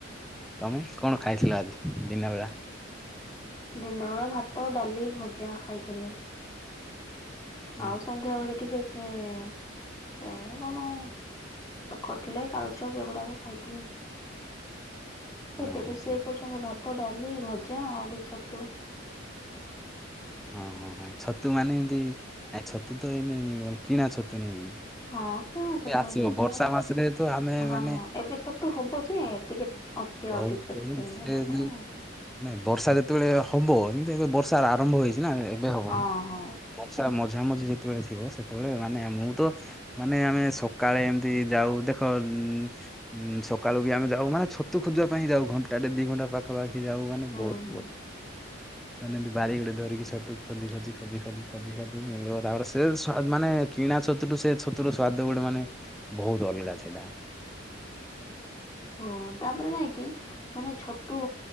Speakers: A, in the centre; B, on the left.
A: ତମେ କଣ ଖାଇଥିଲ ଆଜି ଦିନ ବେଳା
B: ଦିନ ବେଳେ ଭାତ ଡାଲି ଭଜା ଖାଇଥିଲି।
A: ହୁଁ
B: ଆଉ ସନ୍ଧ୍ୟା ବେଳେ ଟିକେ ଏଇ କଣ ଆଉ କଟଲେଟ୍ ଆଳୁଚପ ଏଗୁଡାକ ଖାଇଥିଲି।
A: ହଁ
B: ଏବେ ରୋଷେଇ
A: ହଁ ହଁ।
B: କରୁଛନ୍ତି ଭାତ ଡାଲି ଭଜା ଆହୁରି ଛତୁ।
A: ହଁ ହଁ ହଁ ଛତୁ ମାନେ ଏମିତି ଆ ଛତୁ ତ ଏଇନ ମିଳିବନି ମାନେ କିଣା ଛତୁ ନେଇକି।
B: ହଁ। କିଣା ଛତୁଁ
A: ଆସିବ
B: ହିଁ ଏବେ
A: ବର୍ଷା
B: ହବ
A: ମାସରେ ତ ଆମେ
B: ହଁ
A: ମାନେ
B: ଏବେ ଛତୁ ହବ ଯେ ଟିକେ କ ସିଏ ଆଉ
A: ହଉ
B: ଟିକ କେତେ ଦିନି
A: ସେ
B: ଗଲା ପରେ
A: ଯୋଉ
B: ଆଉ।
A: ନାଇଁ ବର୍ଷା ଯେତେବେଳେ ହବ କିନ୍ତୁ ଏବେ ବର୍ଷା ଆରମ୍ଭ ହେଇଛି ନା ଏବେ ହବନି।
B: ହଁ ହଁ
A: ବର୍ଷା ମଝାମଝି ଯେତେବେଳେ ଥିବ ସେତେବେଳେ ମାନେ ମୁଁ ତ ମାନେ ଆମେ ସକାଳେ ଏମିତି ଯାଉ ଦେଖ ଉଁ ସକାଳୁ ବି ଆମେ ଯାଉ ମାନେ ଛତୁ ଖୋଜିବା ପାଇଁ ଯାଉ ଘଣ୍ଟାଟେ ଦିଘଣ୍ଟା ପା ପାଖପାଖି ଯାଉ ମାନେ
B: ହୁଁ
A: ବହୁତ
B: ହୁଁ।
A: ବହୁତ। ମାନେ ଏମତି ବାରି ଗୋଡେ ଡରିକି ସଟୁ ଖୋଜି ଖୋଜି ଖୋଜି ଖୋଜି ଖୋଜି ଖୋଜି ମିଳିବ ତାପରେ ସେ ମାନେ କିଣା ଛତୁଠୁ ସେ ଛତୁର ସ୍ଵାଦ ଗୋଟେ ମାନେ ବହୁତ ଅଲଗା ଥିଲା।
B: ହଁ ତାପରେ ନାଇଁ କି ମାନେ ଛତୁ